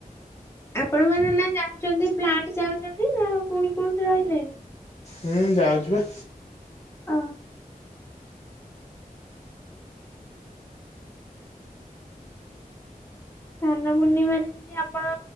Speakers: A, on the left (about 15°); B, on the left (about 50°).
A: ଆପଣ ମାନ ନା ଯାଉଛନ୍ତି ପ୍ଲାଣ୍ଟ ଯାଉଛନ୍ତି ନା କୁଣି କଉଠି ରହିଲେ।
B: ହୁଁ ଯାଉଛି ବା।
A: ଅ ସ୍ନାନ ପୂର୍ଣ୍ଣିମାରେ ଯଦି ଆପଣ